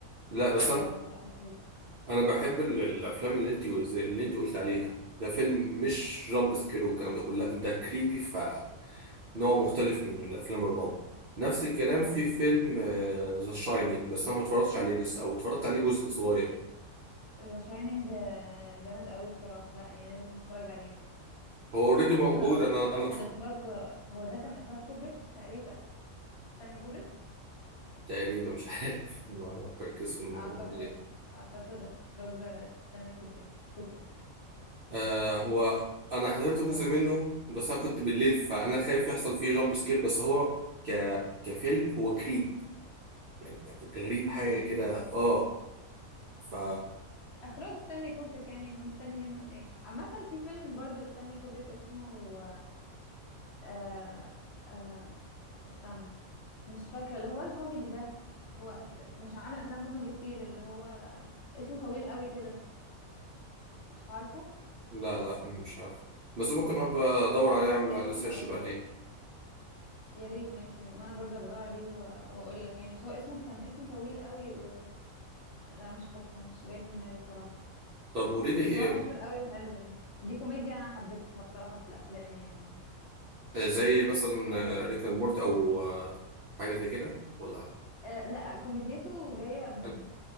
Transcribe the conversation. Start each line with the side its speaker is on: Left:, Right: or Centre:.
Right: لا بس
Left: ايوه
Right: أنا
Left: اه لا مخيف
Right: أنا بحب ال- الأفلام اللي أنت اللي أنت قلت عليها ده فيلم مش جامب سكير والكلام ده كله لا ده كريبي فنوع مختلف من الأفلام الرعب نفس الكلام
Left: انا
Right: في فيلم ذا شاينينج بس أنا ما اتفرجتش عليه لسه أو اتفرجت عليه جزء صغير
Left: ذا شايننج جامد قوي بصراحه لا يعني لازم نتفرج عليه
Right: هو أوريدي
Left: آه
Right: موجود
Left: حلو قوي
Right: أنا
Left: فاكر
Right: أنا
Left: كان
Right: اتف-
Left: اخراج هو ده كان اخراج كوبريك تقريبا ستانلي كوبريك
Right: تقريبا مش عارف ما بركز في المخرج
Left: اعتقد اعتقد اخراج ستانلي كوبريك كوبريك
Right: آه
Left: أمم،
Right: هو انا حضرت جزء
Left: كده
Right: منه بس انا كنت بالليل فانا خايف يحصل فيه جامب سكير بس هو ك كفيلم هو كريب يعني غريب حاجه
Left: كريبي
Right: كده
Left: اه
Right: اه ف
Left: أمم. اخراج ستانلي كوبريك يعني مستني منه ايه عامه في فيلم برضو لستانلي كوبريك اسمه آه آه استنى مش فاكرة اللي هو الكوميدي ده هو اس- مش عامل أفلام كوميدي كتير اللي هو اسمه طويل قوي كده مش عارفه
Right: لا لا مش عارف بس ممكن ابقى ادور
Left: لو افتكرت
Right: عليه اعمل
Left: اسمه
Right: عليه سيرش
Left: هقول
Right: بعدين
Left: يا ريت ماشي وانا برضه بدور عليه و- واقول لك يعني بس هو اسمه كان اسمه طويل قوي و... لا مش فاكرة مش جاي في دماغي صراحة
Right: طب قولي لي
Left: بس
Right: إيه
Left: هو مشهور قوي وحلو يعني دي كوميديا انا حبيتها بصراحة في الافلام يعني
Right: آه، زي مثلا ريك اند مورتي او آه، حاجه زي كده ولا
Left: آه لا كوميديته جاية من
Right: أنا-